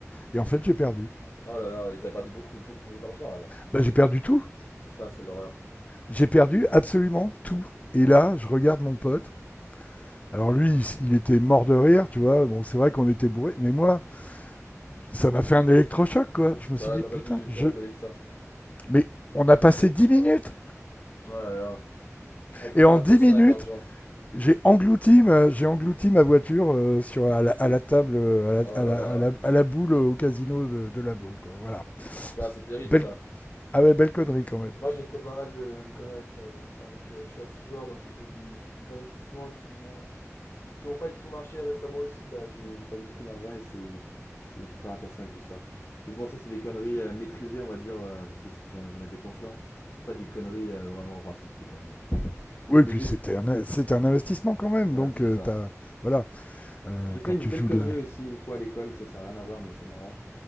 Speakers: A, on the left; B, on the left.
A: Et en fait, j'ai perdu.
B: Oh là là, et t'as perdu beaucoup, beaucoup d'argent là.
A: Bah, j'ai perdu tout.
B: Ça, c'est l'horreur.
A: J'ai perdu absolument tout. Et là, je regarde mon pote. Alors lui, il était mort de rire, tu vois. Bon, c'est vrai qu'on était bourré, mais moi, ça m'a fait un électrochoc, quoi. Je
B: Bah,
A: me suis dit,
B: t'as
A: putain,
B: pas dû
A: je.
B: t'en rigoler que ça.
A: Mais on a passé 10 minutes
B: Oh là là. Ah, il faut
A: et
B: faire
A: en
B: attention
A: 10 minutes,
B: avec l'argent.
A: j'ai englouti ma, j'ai englouti ma voiture euh, sur à la, à la table, euh,
B: Oh
A: à
B: là
A: la, à la-
B: là.
A: à la- à la boule euh, au casino de, de la boule, quoi. Voilà.
B: Bah, c'est terrible
A: Belle,
B: ça.
A: ah ouais, belle connerie quand même.
B: Moi, j'ai fait pas mal de, de conneries avec, euh, avec, euh, je suis assez joueur, donc j'ai fait des, des investissements qui m'ont qui ont pas du tout marché récemment aussi. Bah, j'ai j'ai perdu beaucoup d'argent et c'est c'est- il faut faire attention avec tout ça. Mais bon, ça c'est des conneries euh, maîtrisées, on va dire, euh, parce que c'est- j'en j'en étais conscient. C'est pas des conneries euh, vraiment, enfin si c'est des conneries. <laughs>
A: Oui,
B: Mais
A: puis
B: j'ai
A: c'était
B: fait-
A: un, c'était un investissement quand même,
B: ouais
A: donc
B: c'est
A: euh,
B: ça.
A: t'as, voilà, euh,
B: J'ai fait
A: quand
B: une
A: tu
B: belle
A: joues
B: connerie
A: de la.
B: aussi une fois à l'école. Ça ça a rien à voir, mais c'est marrant.